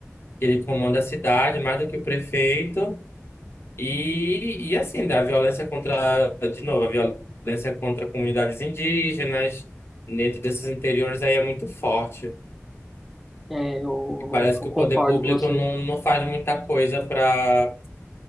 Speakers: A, on the left; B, in the centre.
A: que ele comanda a cidade mais do que o prefeito. E, e assim, da violência contra, de novo, a violência contra comunidades indígenas, dentro desses interiores aí é muito forte.
B: É, eu,
A: Parece que
B: eu
A: o
B: concordo
A: poder público
B: com você.
A: não, não faz muita coisa para